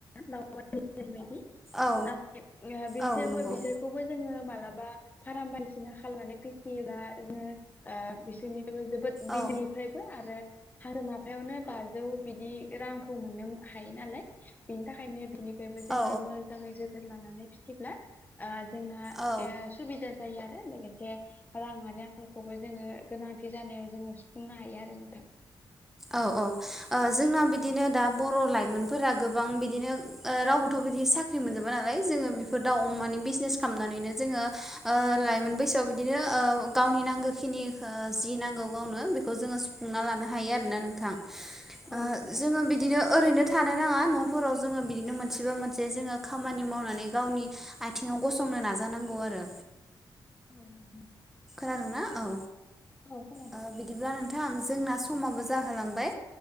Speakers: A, on the left; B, in the centre.
A: नङा <unintelligible> बायदि
B: औ
A: <unintelligible> बिसोरबो
B: औ नंगौ
A: बिसोरखौबो जोङो माला बा फाराम बायदिसिना खालामनानै फिसियोबा जों ओ बिसोरनि जेबो जोबोद बिदिनिफ्रायबो
B: औ
A: आरो आरो माफायावनो बाजौ बिदि रांखौ मोननो हायो नालाय बिनि थाखायनो बिनि बेबो जोङो
B: औ
A: मोजाङै जोथोन लानानै फिसिब्ला जोंना
B: औ
A: ओ सुबिदा जायो आरो लोगोसे राङारि आंखाल गोनांथि जानायाव जोङो सुफुंनो हायो आरो नोंथां।
B: औ औ जोंना बिदिनो दा बर' लाइमोनफोरा गोबां बिदिनो रावबोथ' बिदि साख्रि मोनजोबा नालाय जोङो दा
A: औ
B: अमानि बिजनेस खालाम नानैनो जोङो ओ लाइमोन बैसोआव बिदिनो ओ गावनि नांगो खिनिखो जि नांगौ गावनो बेखौ जोङो सुफुंना लानो हायो आरोना नोंथां ओ
A: औ नंगौ
B: जोङो बिदिनो ओरैनो थानो नाङा न'फोराव जोङो बिदिनो मोनसेबा मोनसे जोङो खामानि मावनानै गावनि आथिं गसंनो नाजानांगौ आरो।
A: औ नोंथां।
B: खोनादों ना? औ।
A: औ खोनादों।
B: ओ बिदिब्ला नोंथां जोंना समाबो जाहोलांबाय